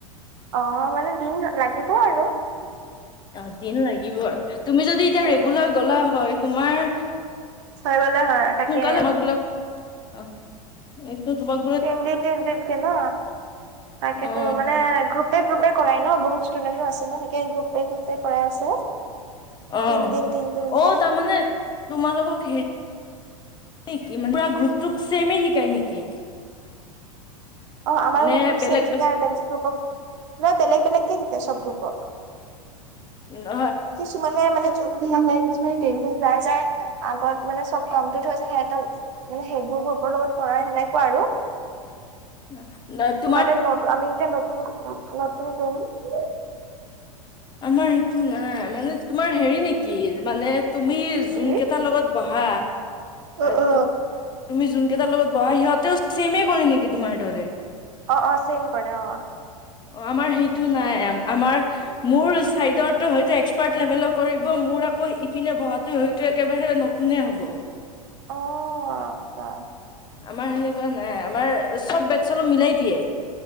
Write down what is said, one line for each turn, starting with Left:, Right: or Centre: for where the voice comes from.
Right: অ' মানে দিন লাগিব আৰু।
Left: অ' দিন লাগিব আৰু তুমি যদি এতিয়া
Right: উম,
Left: ৰেগুলাৰ
Right: উম,
Left: গলা হয়। তোমাৰ
Right: হৈ গ'লে হয় আ তাকে।
Left: সোনকালে আমাক <inaudible> এইটো তোমাক বা
Right: তিনদিন, তিনদিনকে ন তাকেতো
Left: অ
Right: মানে গ্ৰুপ এক গ্ৰুপে কৰাই ন বহু ষ্টুডেণ্ট টো আছে। লাহেকে গ্ৰুপে, গ্ৰুপে কৰাই আছে।
Left: অ
Right: তিনদিন তিনদিনকে
Left: অ তাৰমানে তোমালোকক? <unintelligible> পুৰা গ্ৰুপটোক চেমে শিকায় নেকি?
Right: অ' আমাৰ
Left: নে
Right: গ্ৰুপটো
Left: বেলেগ
Right: ছেম শিকাই আৰু বেলেগ গ্ৰুপক নহয় বেলেগ, বেলেগকে শিকাই চ'ব গ্ৰুপক।
Left: উম।
Right: কিছুমানে মানে জল্দি নহয় কিছুমানে দেৰি হৈ যায়, যায়। আগত মানে চ'ব কমপ্লিট হৈ হৈছে, সিহঁতক মানে সেইবোৰ গ্ৰুপৰ লগত কৰাই সেনেকুৱা আৰু
Left: ন <unintelligible>
Right: মানে নত আমি এতিয়া নতুন নতুন গ্ৰুপ।
Left: আমাৰ সেইটো নাই মানে তোমাৰ হেৰি নেকি? মানে তুমি যোন
Right: উম
Left: কেইটাৰ লগত বহা
Right: অ
Left: এ
Right: অ
Left: তুমি যোনকেইটাৰ লগত বহা, সিহঁতেও চেমে কৰি নেকি তোমাৰ দৰে?
Right: অ' অ' চেম কৰে অ'।
Left: অ' আমাৰ হেইটো নাই। আমাৰ মোৰ চাইডৰটো হয়তো এক্সপাৰ্ট লেভেলৰ কৰিব, মোৰ আকৌ ইপিনে বহাটো হয়তো একেবাৰে নতুন কোনে হ'ব?
Right: অ আচ্ছা
Left: আমাৰ সেনেকুৱা নাই আমাৰ চব বেটচৰ লগত মিলাই দিয়ে।